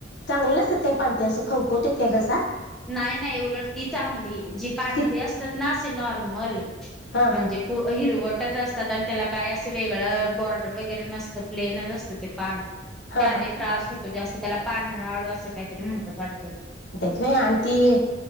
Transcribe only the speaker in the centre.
नाई नाई उलट ती चांगली जी पांढरी
असत्यात ना असे नॉर्मल.
म्हणजे
पो हिरवटच असतात आणि त्याला काय असं वेगळं बॉर्डर वगैरे नसतं. प्लेनच असतो ते पान
त्याने
त्रास होतो जास्त त्याला पांढरा आळू असं काहीतरी म्हणतात वाट